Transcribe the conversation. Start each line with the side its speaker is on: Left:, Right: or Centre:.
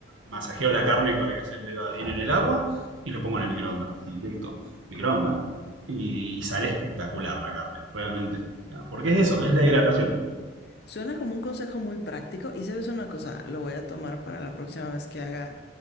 Right: masajeo la carne para que se embeba bien en el agua. Y lo pongo en el microondas. Sí, directo. Microondas. Y, y sale espectacular la carne, realmente. O sea, porque es eso, es la hidratación.
Left: Suena como un consejo muy práctico y sabes una cosa, lo voy a tomar para la próxima vez que haga